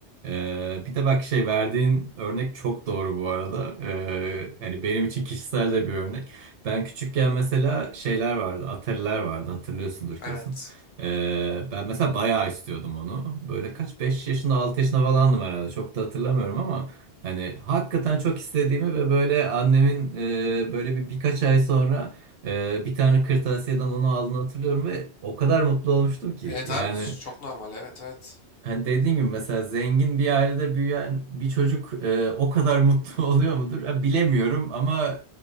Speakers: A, on the right; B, on the left.
A: E, bir de bak şey verdiğin örnek çok doğru bu arada. E, yani benim için kişisel de bir örnek. Ben küçükken mesela şeyler vardı, Atari'ler vardı hatırlıyorsundur kesin.
B: Evet.
A: E, ben mesela bayağı istiyordum onu. Böyle kaç 5 yaşında 6 yaşında falandım herhalde çok da hatırlamıyorum ama. Hani hakikaten çok istediğimi ve böyle annemin e, böyle bir birkaç ay sonra e, bir tane kırtasiyeden onu aldığını hatırlıyorum ve o kadar mutlu olmuştum ki.
B: Evet
A: Yani
B: abi çok normal evet evet.
A: Hani dediğin gibi mesela zengin bir ailede büyüyen bir çocuk e, o kadar mutlu <laughs> oluyor mudur? Ha, bilemiyorum ama